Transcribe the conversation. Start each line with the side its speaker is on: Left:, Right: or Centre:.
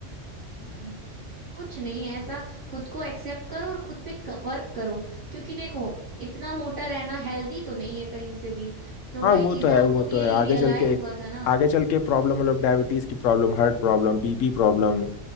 Right: हम्म कुछ नहीं ऐसा खुद को एक्सेप्ट करो और खुद पे वर्क करो क्योंकि देखो इतना मोटा रहना हेल्दी तो नहीं है कहीं से भी तो
Left: हाँ
Right: वही
Left: वो
Right: चीज
Left: तो है
Right: है हमको
Left: वो
Right: भी
Left: तो
Right: यही
Left: है आगे
Right: रियलाइज
Left: चल के
Right: हुआ था ना
Left: आगे चल के प्रॉब्लम मतलब डायबिटीज की problem heart problem BP problem